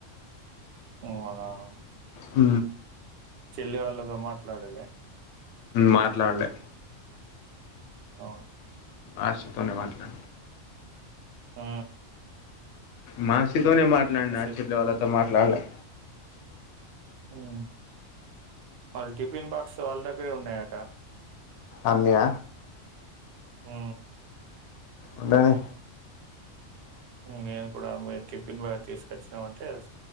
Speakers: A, on the right; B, on the left.
A: ఆఓ
B: హ
A: చెల్లి వాళ్ళతో మాట్లాడాలి
B: మాట్లాడలే
A: ఆ
B: అ చెతనేయవాట్లా
A: ఆ
B: మాస నే మాట్లాడి
A: అసలు
B: నా చెట్ల వాళ్లతో మాట్లా అలాళ
A: ఆఓ మల్టీపన్ బక్ వాళ్ళ దగ్గరే ఉన్నాయట
B: అంద్య
A: ఆ
B: ఎంటనే
A: నేను కూడా మీ టిఫిన్ బాగా తీసుకొచ్చినా అంటే